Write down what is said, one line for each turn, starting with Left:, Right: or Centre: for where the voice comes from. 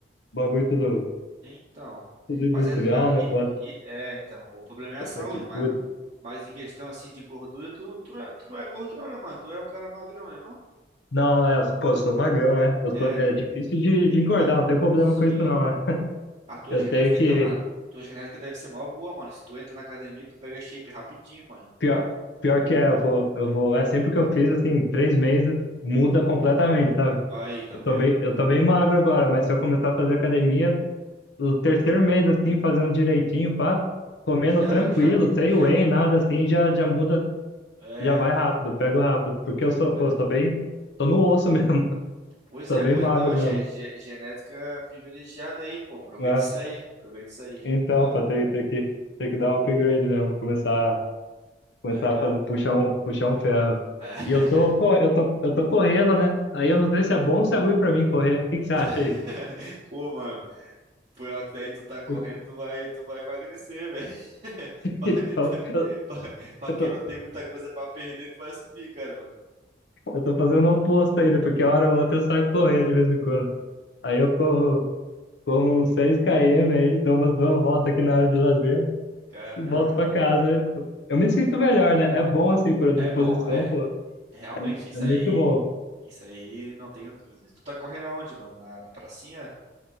Left: bagulho tudo,
Right: Então.
Left: tudo industrial,
Right: Mas é, aí-
Left: né, pô,
Right: e- é, então, o problema é a
Left: fast
Right: saúde, mas,
Left: food.
Right: mas em questão assim de gordura, tu, tu, não é- tu não é gordo não, né, mano? Tu é um cara magrão, né, não?
Left: Não, é, pô, eu sou magrão, é, eu
Right: É,
Left: sou, é difícil de, de engordar,
Right: a-
Left: não tem problema
Right: sim.
Left: com isso não, é.
Right: A tua
Left: Eu
Right: genética,
Left: tenho que,
Right: então, a tua genética deve ser mó boa, mano. Se tu entra na academia, tu pega shape rapidinho, mano.
Left: pior, pior que é, eu vou, eu vou, é sempre que eu fiz, assim, três meses, muda completamente, sabe?
Right: Aí, tá
Left: Eu
Right: vendo?
Left: tô bem, eu tô bem magro agora, mas se eu começar a fazer academia, o terceiro mês, assim, fazendo direitinho, pá, comendo
Right: Já,
Left: tranquilo,
Right: já,
Left: sem
Right: já.
Left: whey, nada assim, já, já muda,
Right: É,
Left: já vai
Right: mano.
Left: rápido, pego rápido, porque eu sou,
Right: Pois,
Left: pô, sou bem, tô no osso <laughs> mesmo,
Right: pois
Left: tô
Right: é,
Left: bem
Right: pô.
Left: magro
Right: Então, ge-
Left: mesmo,
Right: ge- genética privilegiada aí, pô. Aproveita
Left: né?
Right: isso aí. Aproveita isso aí.
Left: Então,
Right: Eu não-
Left: pá, tem, tem que, tem que dar um upgrade mesmo, começar, começar
Right: É.
Left: a fazer, puxar um, puxar um ferro.
Right: É.
Left: E eu tô, co- eu tô, eu tô correndo, né? Aí eu não sei se é bom ou se é ruim pra mim correr, o que que você acha
Right: <laughs>
Left: aí?
Right: Pô, mano. Pior que daí tu tá correndo,
Left: <laughs>
Right: tu vai, tu vai emagrecer, velho. <laughs> Pra,
Left: Então,
Right: pra-
Left: eu,
Right: pra- pra
Left: eu
Right: quem
Left: tô,
Right: não tem muita coisa pra perder, tu vai sumir, cara
Left: eu tô fazendo o oposto ainda, porque hora ou outra eu saio correr de vez em quando. Aí eu corro, corro uns seis km aí, dou umas duas voltas aqui na área de lazer
Right: Caramba.
Left: e volto pra casa. Eu me sinto melhor, né? É bom assim pra disposição,
Right: É bom, é.
Left: pô.
Right: Realmente, isso
Left: É muito
Right: aí.
Left: bom.
Right: Isso aí não tenho dúvidas. Tu tá correndo aonde, mano? Na, na pracinha?